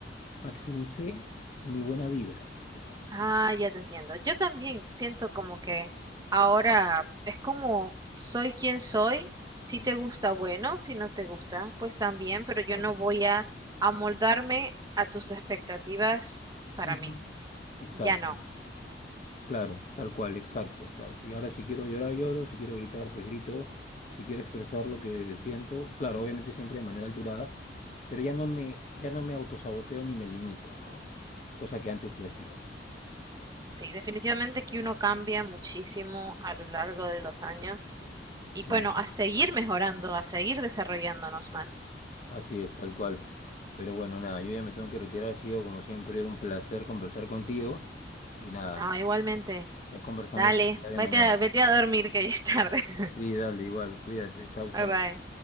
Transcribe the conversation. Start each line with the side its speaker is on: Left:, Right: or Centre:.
Left: maximicé mi buena vibra, o sea,
Right: Ah, ya te entiendo. Yo también siento como que ahora es como soy quien soy. Si
Left: ajá,
Right: te gusta, bueno, si no te gusta, pues también, pero yo
Left: claro,
Right: no voy a amoldarme a tus expectativas para
Left: ujú,
Right: mí.
Left: Exacto.
Right: Ya no.
Left: Claro, tal cual, exacto. O sea, si ahora si quiero llorar, lloro, si quiero gritar, pues grito, si quiero expresar lo que siento, claro, obviamente siempre de manera alturada, pero ya no me, ya no me autosaboteo ni me limito, ¿no? Cosa que antes sí hacía.
Right: Sí, definitivamente que uno cambia muchísimo a lo largo de los años y
Left: Sí.
Right: bueno, a seguir mejorando, a seguir desarrollándonos más.
Left: Así es, tal cual. Pero bueno, nada, yo ya me tengo que retirar. Ha sido, como siempre, un placer conversar contigo. Y nada,
Right: No, igualmente,
Left: ya conversamos
Right: dale,
Left: el día de
Right: vete
Left: mañana.
Right: a, vete a dormir que ya es tarde. <laughs>
Left: Sí, dale, igual, cuídate, chau, chau.
Right: Bye bye.